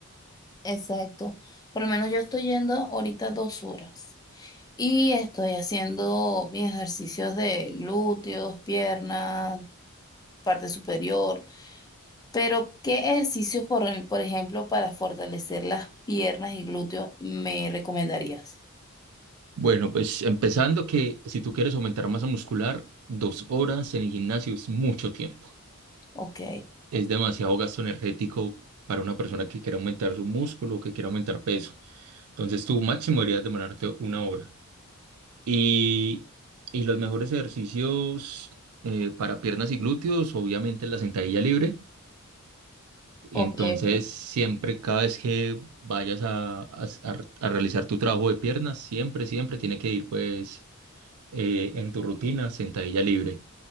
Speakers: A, on the left; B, on the right.
A: Exacto. Por lo menos yo estoy yendo ahorita dos horas. Y estoy haciendo mis ejercicios de glúteos, piernas, parte superior. Pero, ¿qué ejercicios, por, em, por ejemplo, para fortalecer las piernas y glúteos me recomendarías?
B: Bueno, pues empezando que si tú quieres aumentar masa muscular, dos horas en el gimnasio es mucho tiempo.
A: Ok,
B: es demasiado gasto energético para una persona que quiera aumentar su músculo o que quiera aumentar peso. Entonces, tu máximo deberías demorarte una hora. Y, y los mejores ejercicios eh, para piernas y glúteos, obviamente la sentadilla libre. Entonces,
A: ok, ok.
B: siempre, cada vez que vayas a, a- a re- a realizar tu trabajo de piernas, siempre, siempre tiene que ir pues eh, en tu rutina sentadilla libre.